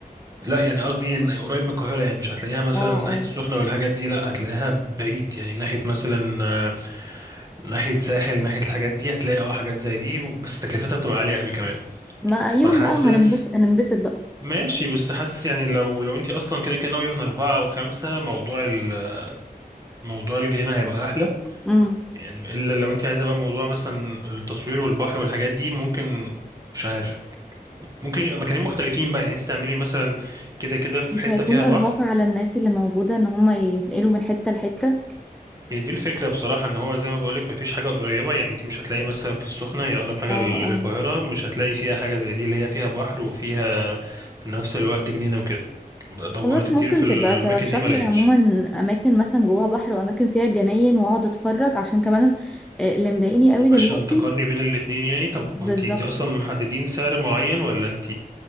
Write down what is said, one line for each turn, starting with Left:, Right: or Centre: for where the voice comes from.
Right: لا يعني قصدي إن قريب من القاهرة يعني مش هتلاقيها مثلا
Centre: اه
Right: ناحية
Centre: اه
Right: السخنة والحاجات دي لا هتلاقيها بعيد يعني ناحية مثلا آه، ناحية ساحل ناحية الحاجات دي هتلاقي اه حاجات زي دي بس تكلفتها بتبقى عالية قوي كمان
Centre: ما
Right: فحاسس
Centre: يوم بقى هننبسط هننبسط بقى
Right: ماشي بس حاسس يعني لو لو انت اصلا كده كده ناوية من أربعة أو خمسة موضوع ال موضوع الجنينة هيبقى أحلى
Centre: امم
Right: يعني الا لو انت عايزه بقى موضوع مثلا التصوير والبحر والحاجات دي ممكن مش عارف ممكن يبقى مكانين مختلفين بقى يعني انت تعملي مثلا كده كده في
Centre: مش
Right: حته
Centre: هيكون
Right: فيها
Centre: إرهاق
Right: بحر
Centre: على الناس اللي موجودة إن هما ينقلوا من حتة لحتة
Right: هي دي الفكره بصراحه ان هو زي ما بقولك مفيش حاجه قريبه يعني انت مش هتلاقي مثلا في السخنه هي اقرب حاجه
Centre: اه
Right: للقاهره
Centre: اه
Right: مش هتلاقي فيها حاجه زي دي اللي هي فيها بحر وفيها في نفس الوقت جنينه وكده دورت
Centre: خلاص
Right: كتير
Centre: ممكن
Right: في الاماكن
Centre: تبقى ترشح
Right: دي ما
Centre: لي
Right: لقيتش
Centre: عموما أماكن مثلا جواها بحر وأماكن فيها جناين وأقعد أتفرج عشان كمان آه، اللي مضايقني قوي دلوقتي
Right: عشان تقارني بين الاتنين يعني طب
Centre: بالظبط
Right: انت انت اصلا محددين سعر معين ولا انت